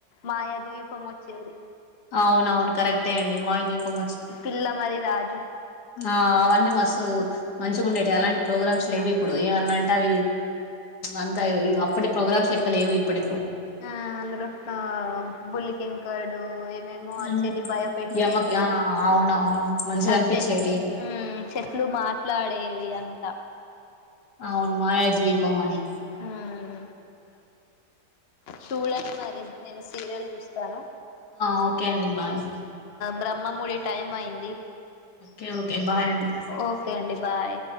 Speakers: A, on the left; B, on the left.
A: మాయా దివీపంవొచేది
B: అవునవును కరెక్టే అండి మాయ దీపం
A: పిల్ల మరి రాజు
B: అ అవన్నీ మస్తు మంచిగా ఉండేటీవీ అలాంటి ప్రోగ్రామ్స్ లేవి ఇప్పుడు ఏమన్నా అంటే అవి అంత అప్పటి ప్రోగ్రామ్స్ లెక్కలేవు ఇప్పుటి
A: అ అందులో బుల్లి కింకరుడు మేము వచ్చేటి
B: ఉమ్,
A: భయపట్టేవి
B: యమక్ ఆ అవునవును మంచిగా
A: ఆ
B: అనిపించేటి
A: చేట్ హ్మ్ చెట్లు మాట్లాడేవి అంత
B: అవును మాయ ద్వీపమణి
A: హ్మ్ సుడండి మరి నేను సీరియల్ చూస్తాను
B: అ ఓకే అండి బాయ్
A: బామ్మాముడి టైమ్ అయింది
B: ఓకే ఓకే బాయ్ అండి
A: ఓకే అండి బాయ్